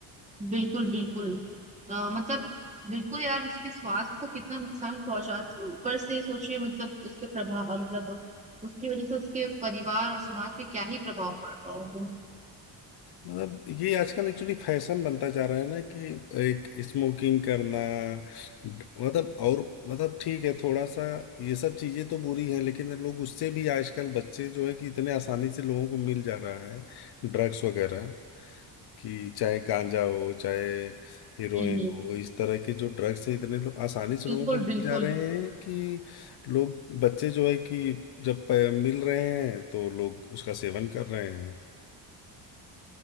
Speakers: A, on the right; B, on the left.
A: बिल्कुल बिल्कुल अ, मतलब बिल्कुल यार उसके स्वास्थ्य को कितना नुकसान पहुंचा ऊपर से सोचिए मतलब उसके प्रभाव मतलब उसकी वजह से उसके परिवार और समाज पे क्या ही प्रभाव पड़ रहा होगा
B: मतलब ये आजकल एक्चुअली फैशन बनता जा रहा है ना कि एक स्मोकिंग करना मतलब और मतलब ठीक है थोड़ा सा ये सब चीजें तो बुरी हैं लेकिन लोग उससे भी आजकल बच्चे जो है कि इतने आसानी से लोगों को मिल जा रहा है ड्रग्स वगैरह कि चाहे गांजा हो चाहे हीरोइन
A: हम्म,
B: हो इस तरह के जो ड्रग्स है इतने लोग आसानी से लोगों
A: बिल्कुल
B: को मिल
A: बिल्कुल
B: जा रहे हैं कि लोग बच्चे जो है कि जब अ, मिल रहे हैं तो लोग उसका सेवन कर रहे हैं